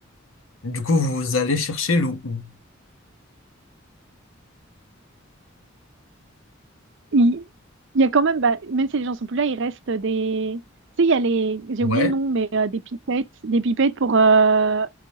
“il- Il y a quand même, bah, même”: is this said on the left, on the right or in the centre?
Right